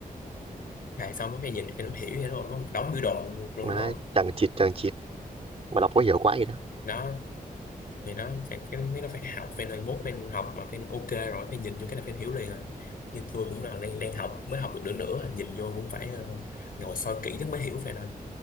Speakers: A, on the left (about 75°); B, on the right (about 40°).
A: à, xong cái phe nhìn phe nó hiểu vậy đúng nó một đống biểu đồ luôn
B: mà
A: đúng không
B: chẳng chịt chẳng chịt mà đọc có hiểu quá gì đó
A: đó thì đó cái cái- mấy nó phải học phe nơi mốt phe học mà phe ok rồi phe nhìn vô cái là phe hiểu liền rồi như tôi cũng là đang đang học mới học được nửa nửa rồi, nhìn vô cũng phải ờ, ngồi soi kỹ lắm mới hiểu phe nơi